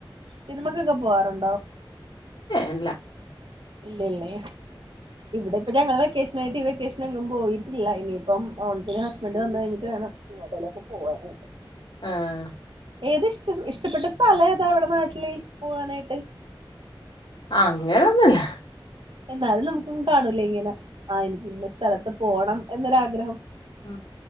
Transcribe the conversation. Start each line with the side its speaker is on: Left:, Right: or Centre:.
Right: സിനിമക്കൊക്കെ പോവാറുണ്ടോ
Left: ഇല്ല
Right: ഇല്ലല്ലേ ഇവിടെ ഇപ്പ ഞങ്ങൾ വെ വെക്കേഷനായിട്ട് ഈ വെക്കേഷൻ എങ്ങും പോയിട്ടില്ല ഇനിയിപ്പം ഓണത്തിന് ഹസ്ബന്റ് വന്ന് കഴിഞ്ഞിട്ട് വേണം എങ്ങോട്ടേലൊക്കെ പോവാന് <unintelligible>
Left: ആഹ്
Right: ഏത് ഇഷ്ട ഇഷ്ടപ്പെട്ട സ്ഥലഏതാ ഇവടെ നാട്ടിള് പോവാനായിട്ട്
Left: അങ്ങനൊന്നുല്ല
Right: എന്നാലും നമുക്കും കാണൂലേ ഇങ്ങനെ ആ എനിക്ക് ഇന്ന സ്ഥലത്ത് പോണം എന്നൊരാഗ്രഹം
Left: ഉ